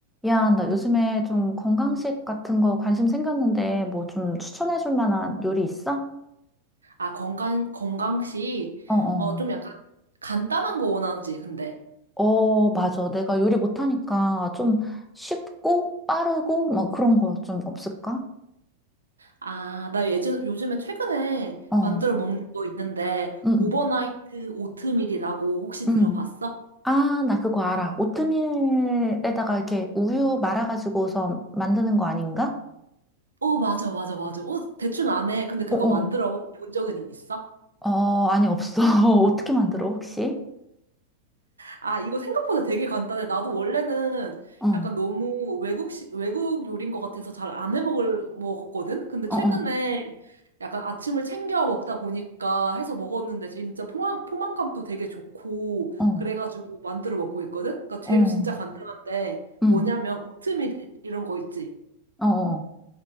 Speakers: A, in the centre; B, on the right.
A: 야, 나 요즘에 좀 건강식 같은 거 관심 생겼는데 뭐 좀 추천해 줄 만한 요리 있어?
B: 아, 건강, 건강식.
A: 어, 어.
B: 어, 좀 약간 간단한 거 원하지, 근데.
A: 어, 맞아. 내가 요리 못하니까 좀 쉽고 빠르고 뭐 그런 거 좀 없을까?
B: 아, 나 예전, 요즘에 최근에
A: 어.
B: 만들어 먹는 거 있는데,
A: 응,
B: 오버나이트
A: 응.
B: 오트밀이라고 혹시
A: 응.
B: 들어봤어?
A: 아, 나 그거 알아. 오트밀에다가 이렇게 우유 말아가지고서 만드는 거 아닌가?
B: 어, 맞아, 맞아, 맞아. 어, 대충 안 해. 근데 그거
A: 어, 어.
B: 만들어 본 적은 있어?
A: 어, 아니, 없어. <laughs> 어떻게 만들어, 혹시?
B: 아, 이거 생각보다 되게 간단해. 나도 원래는
A: 어, 어,
B: 약간 너무 외국식, 외국 요리인 것 같아서 잘 안 해먹을, 먹었거든? 근데
A: 어,
B: 최근에 약간 아침을 챙겨 먹다 보니까 해서 먹었는데 진짜 포만, 포만감도 되게 좋고,
A: 어,
B: 그래가지고 만들어 먹고 있거든? 그러니까 재료
A: 어,
B: 진짜 간단한데,
A: 응,
B: 뭐냐면 오트밀 이런 거 있지?
A: 어, 어.